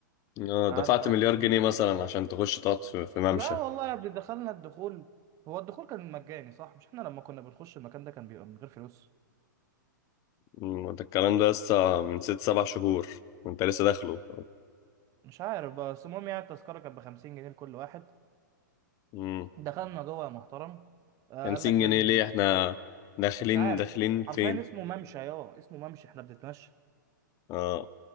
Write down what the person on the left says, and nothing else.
آه،
دفعت مليار
جنيه مثلا عشان تخش تقعد في في ممشى
أمم، ده الكلام ده لسه من ست سبع شهور وانت لسه داخله
امم
50
جنيه
ليه احنا داخلين
داخلين فين
اه